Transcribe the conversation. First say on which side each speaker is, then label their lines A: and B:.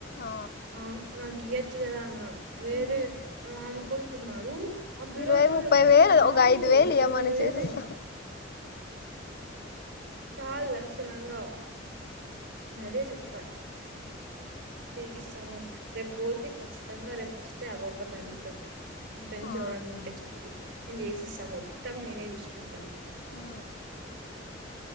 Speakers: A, on the left (about 55°); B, on the right (about 85°).
A: ఆ,
B: ఆ నాకు ఇయ్యొచ్చు కదా అన్న వేరే
A: ఉమ్,
B: మామ కొడుకున్నాడు ఆ పిల్లోడితో
A: ఇరవై ముప్పై
B: వాళ్ళ ఫ్రెండ్స్
A: వేలు
B: మాములు
A: ఒక ఐదు వేలు ఇయమను
B: ఇరవై వేలు
A: చేసిస్త
B: చాల్ లక్షణంగా అదే చెప్ప చేసిస్తాను రేపు పోతే ఖచ్చితంగా రేపు వస్తే ఆ పాపని అడుగుతా మీ ఫ్రెండ్స్
A: ఆ
B: ఎవరన్నా ఉంటే చెప్పు నేను చేసిస్తా మొత్తం నేనే చూసుకుంటా
A: ఆ